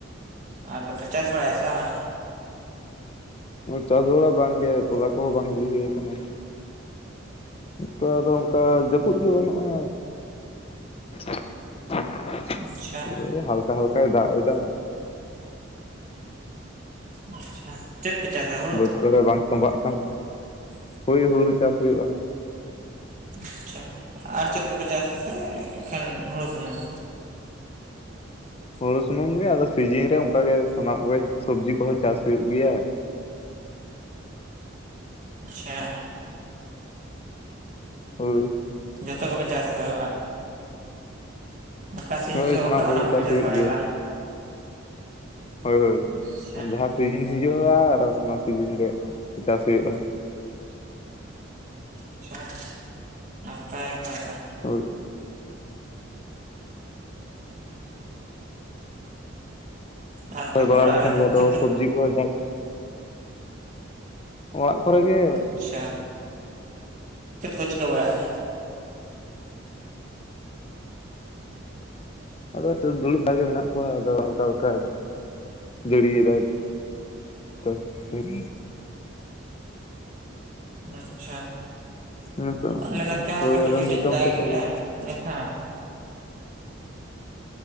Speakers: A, on the right; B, on the left.
A: ᱟᱨ ᱫᱚᱯᱮ ᱪᱟᱥ ᱵᱟᱲᱟᱭᱟ ᱥᱮ ᱵᱟᱝᱟ?
B: ᱪᱟᱥ ᱵᱟᱲᱟ ᱵᱟᱝ ᱜᱮ, ᱛᱚᱞᱟ ᱠᱚᱦᱚᱸ ᱵᱟᱝ ᱜᱤᱰᱤ ᱦᱩᱭ ᱠᱟᱱᱟ ᱾ ᱚᱱᱠᱟ ᱫᱚ ᱚᱱᱠᱟ ᱡᱟᱹᱯᱩᱫ ᱜᱮ ᱵᱟᱹᱱᱩᱜᱼᱟ ᱾
A: ᱟᱪᱪᱷᱟ
B: ᱳᱭ ᱦᱟᱞᱠᱟ ᱦᱟᱞᱠᱟᱭ ᱫᱟᱜ ᱮᱫᱟ ᱾
A: ᱟᱪᱪᱷᱟ᱾ ᱪᱮᱫ ᱯᱮ ᱪᱟᱥᱟ ᱦᱩ
B: ᱵᱟᱹᱫ ᱠᱚᱨᱮ ᱵᱟᱝ ᱛᱚᱸᱵᱷᱟᱜ ᱛᱟᱸᱦᱮᱫ, ᱦᱳᱭ ᱦᱩᱲᱩ ᱪᱟᱥ ᱦᱩᱭᱩᱜᱼᱟ᱾
A: ᱟᱪᱪᱷᱟ᱾ ᱟᱨ ᱪᱮᱫ ᱠᱚᱯᱮ ᱪᱟᱥ ᱟᱥᱮ ᱮᱠᱷᱮᱱ ᱦᱩᱲᱩ ᱥᱩᱢᱩᱝ?
B: ᱦᱩᱲᱩ ᱥᱩᱢᱩᱝ ᱜᱮ, ᱟᱫᱚ ᱥᱤᱡᱤᱱ ᱨᱮ ᱚᱱᱠᱟ ᱜᱮ ᱥᱟᱱᱟᱢᱟᱜ ᱠᱚᱜᱮ ᱥᱚᱵᱽᱡᱤ ᱠᱚᱦᱚᱸ ᱪᱟᱥ ᱦᱩᱭᱩᱜ ᱜᱮᱭᱟ ᱾
A: ᱟᱪᱪᱷᱟ᱾
B: ᱦᱳᱭ᱾
A: ᱡᱚᱛᱚ ᱜᱮᱯᱮᱮ ᱪᱟᱥᱟ ᱛᱚᱵᱮ ᱵᱟ? ᱚᱠᱟ ᱥᱤᱧ
B: ᱦᱳᱭ
A: ᱡᱚᱦᱚᱜ
B: ᱥᱟᱱᱟᱢ
A: ᱚᱠᱟ,
B: ᱠᱚᱜᱮ
A: ᱚᱱᱟ ᱠᱚᱯᱮ ᱪᱟᱥ
B: ᱦᱩᱭᱩᱜ
A: ᱵᱟᱲᱟᱭᱟ
B: ᱜᱮᱭᱟ
A: ᱵᱟᱝ?
B: ᱦᱳᱭ ᱦᱳᱭ᱾
A: ᱟᱪᱪᱷᱟ
B: ᱡᱟᱦᱟᱸ ᱥᱤᱡᱤᱱ ᱦᱤᱡᱩᱜᱼᱟ ᱟᱨ ᱚᱱᱟ ᱥᱤᱡᱤᱱ ᱨᱮ ᱪᱟᱥ ᱦᱩᱭᱩᱜᱼᱟ᱾
A: ᱟᱪᱪᱷᱟ᱾ ᱱᱟᱯᱟᱭ ᱜᱮ ᱚᱱᱠᱟ ᱾
B: ᱦᱳᱭ᱾
A: ᱟᱨ ᱠᱚᱫᱚ
B: ᱠᱚᱭ ᱵᱟᱲᱟ
A: ᱚᱲᱟᱜ
B: ᱞᱮᱱ
A: ᱨᱮ
B: ᱠᱷᱟᱱ ᱜᱮ ᱟᱫᱚ
A: ᱪᱮᱫ
B: ᱥᱚᱵᱽᱡᱤ ᱠᱚ ᱡᱟᱦᱟ- ᱚᱲᱟᱜ ᱠᱚᱨᱮ ᱜᱮ
A: ᱟᱪᱪᱷᱟ᱾ ᱪᱮᱫ ᱠᱚ ᱪᱤᱠᱟᱹ ᱵᱟᱲᱟᱭ ᱮᱫᱼᱟ?
B: ᱟᱫᱚ ᱛᱚᱵᱮ ᱫᱩᱲᱩᱵ ᱵᱟᱲᱟᱜᱮ ᱜᱮ ᱢᱮᱱᱟᱜ ᱠᱚᱣᱟ ᱟᱫᱚ ᱦᱟᱞᱠᱟ ᱦᱟᱞᱠᱟ ᱡᱟᱹᱲᱤᱭ ᱫᱟᱭ ᱛᱚ ᱦᱮᱸ᱾
A: ᱟᱪᱪᱷᱟ᱾
B: ᱱᱤᱛᱚᱜ
A: ᱟᱞᱮ ᱱᱚᱛᱮ ᱦᱚᱸ
B: ᱦᱳᱭ
A: ᱠᱟᱹᱴᱤᱡ
B: ᱟᱫᱚ
A: ᱠᱟᱹᱴᱤᱡ
B: ᱱᱤᱛᱚᱜ
A: ᱫᱟᱜ
B: ᱦᱚᱸᱛᱚ
A: ᱮᱫ
B: ᱠᱟᱹᱢᱤ
A: ᱜᱮᱭᱟᱭ ᱱᱤᱛ ᱦᱚ?